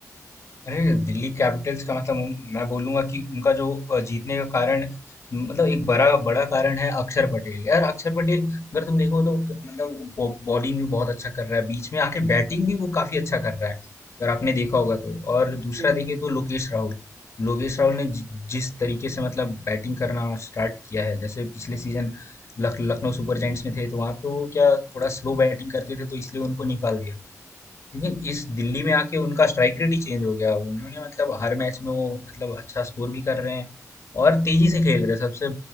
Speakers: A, on the left (about 50°); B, on the right (about 60°).
A: अरे! दिल्ली कैपिटल्स का मतलब मैं बोलूँगा कि उनका जो अ, जीतने का कारण मतलब एक बड़ा बड़ा कारण है अक्षर पटेल। यार अक्षर पटेल अगर तुम देखो तो मतलब बॉ- बॉलिंग भी बहुत अच्छा कर रहा है, बीच में आके बैटिंग भी वो काफी अच्छा कर रहा है अगर आपने देखा होगा तो। और दूसरा
B: जी जी
A: देखिए
B: बिल्कुल
A: तो लोकेश राहुल। लोकेश राहुल ने जि- जिस तरीके से मतलब बैटिंग करना स्टार्ट किया है जैसे पिछले सीजन लख, लखनऊ सुपर जायंट्स में थे तो वहां पे वो क्या थोड़ा स्लो बैटिंग करते थे तो इसलिए उनको निकाल दिया लेकिन इस दिल्ली में आके उनका स्ट्राइक रेट ही चेंज हो गया उन्होंने मतलब हर मैच में वो मतलब अच्छा स्कोर भी कर रहे हैं और तेजी से खेल रहे हैं सबसे